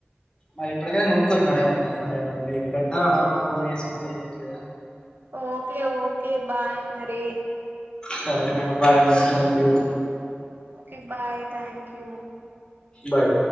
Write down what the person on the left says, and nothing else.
మరి ఇప్పటికైనా కొనుక్కోర్రి మేడం ఏమున్నది. మరి మీరిక్కంటడం. కొనేసుకోండి అయిపోద్ది గదా.
సరే madam, bye madam thank you.
bye